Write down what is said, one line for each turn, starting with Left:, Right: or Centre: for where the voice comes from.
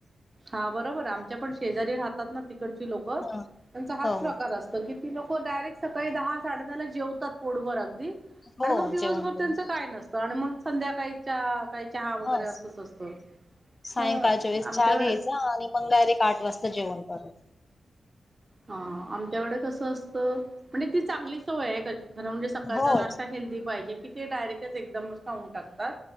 Right: ह बरोबर आमच्या पण शेजारी राहतात ना ते. इकडचे लोक
Left: ह
Right: त्यांचा हाच
Left: हो
Right: प्रकार
Left: हो
Right: असत. अस किती लोक डायरेक्ट सकाळी दहा साडे दहा ला जेवतात पोटभर अगदी
Left: हो
Right: आणि मग दिवसभर
Left: जेवण करून
Right: त्यांचं काही नसतं आणि मग संध्याकाळीच्या काही चहा वगैरे
Left: ह
Right: असंच असतं
Left: सायंकाळच्या
Right: तर
Left: वेळेस
Right: आमच्याकड
Left: चहा घ्यायचा आणि मग रर एक आठ वाजता जेवण परत
Right: हा आमच्याकडे कसं असतं म्हणजे ती चांगली सवय आहे खरं म्हणजे सकाळचा
Left: हो
Right: नाश्ता हेल्दीी पाहिजे की ते डायरेक्टच एकदमच खऊ टकतात